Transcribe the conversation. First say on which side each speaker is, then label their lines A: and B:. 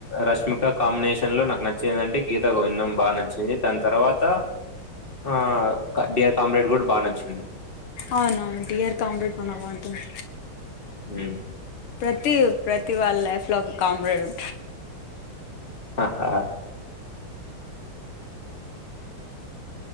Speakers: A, on the left; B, on the left.
A: రష్మిక కాంబినేషన్ లో నాకు నచ్చిందంటే గీతా గోవిందం బాగా నచ్చింది దాని తర్వాత ఆ డియర్ కామ్రేడ్ కూడా బాగా నచ్చింది
B: అవునవును డియర్ కామ్రేడ్ చానా బాగుంటుంది
A: ఉ
B: ప్రతి ప్రతి వాళ్ళ లైఫ్ లో ఒక కామ్రెడ్ ఉ
A: ఆహా